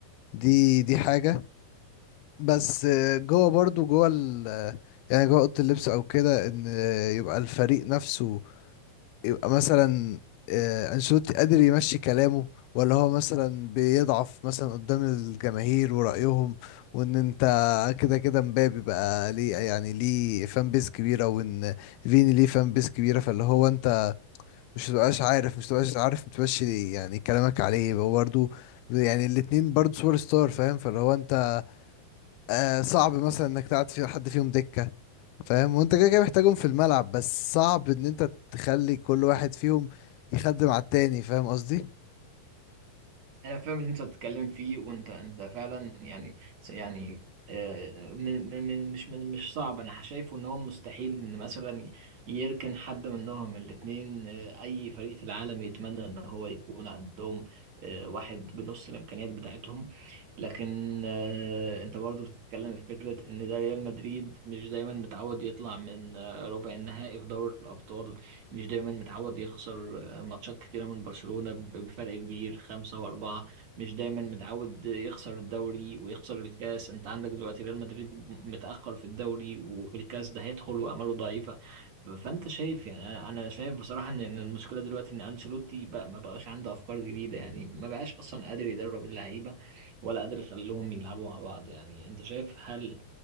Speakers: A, on the left; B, on the right.
A: دي دي حاجة بس آه، جوه برضو جوه ال آه، يعني جوه اوضه اللبس او كده ان آه، يبقى الفريق نفسه يبقى مثلا آه، انشيلوتي قادر يمشي كلامه ولا هو مثلا بيضعف مثلا قدام الجماهير ورأيهم وان انت كده كده مبابي بقى ليه يعني ليه فان بيز كبيرة وان فيني ليه فان بيز كبيرة فاللي هو انت مش تبقاش عارف مش تبقاش عارف متمشي يعني كلامك عليه هو برضه يعني الاتنين برضه سوبر ستار فاهم فاللي هو انت آه صعب مثلا انك تقعد في حد فيهم دكة فاهم وانت كده كده محتاجهم في الملعب بس صعب ان انت تخلي كل واحد فيهم يخدم على التاني فاهم قصدي
B: انا فاهم اللي انت بتتكلم فيه وانت انت فعلا يعني يعني آه، من من من- مش من مش صعب انا شايفه ان هو مستحيل ان مثلا يركن حد منهم الاثنين اي فريق في العالم يتمنى ان هو يكون عندهم آه، واحد بنص الامكانيات بتاعتهم لكن آه، انت برضو بتتكلم في فكرة ان ده ريال مدريد مش دايما متعود يطلع من آه، ربع النهائي في دوري الابطال مش دايما متعود يخسر ماتشات كتيرة من برشلونة ب- بفرق كبير خمسة وأربعة مش دايما متعود يخسر الدوري ويخسر الكاس أنت عندك دلوقتي ريال مدريد متأخر في الدوري وفي الكاس ده هيدخل وآماله ضعيفة ف- فأنت شايف يعني أنا أنا شايف بصراحة إن إن المشكلة دلوقتي إن أنشيلوتي بقى ما بقاش عنده أفكار جديدة يعني ما بقاش أصلا قادر يدرب اللعيبة ولا قادر يخليهم يلعبوا مع بعض يعني أنت شايف هل